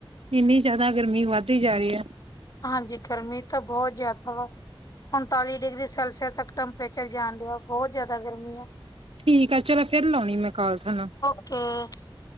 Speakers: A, on the right (about 75°); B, on the left (about 40°).
A: ਇੰਨੀ ਜ਼ਿਆਦਾ ਗਰਮੀ ਵੱਧਦੀ ਜਾ ਰਹੀ ਐ।
B: ਹਾਂਜੀ, ਗਰਮੀ ਤਾਂ ਬਹੁਤ ਜਿਆਦਾ ਵਾ ਉਨਤਾਲੀ ਡਿਗਰੀ ਸੈਲਸੀਅਸ ਤੱਕ ਟੈਂਪਰੇਚਰ ਜਾਣ ਡਿਹਾ ਬਹੁਤ ਜ਼ਿਆਦਾ ਗਰਮੀਂ ਆ।
A: ਠੀਕ ਐ ਚਲੋ ਫਿਰ ਲਾਉਣੀ ਮੈਂ ਕਾਲ ਤੁਹਾਨੂੰ।
B: <unintelligible>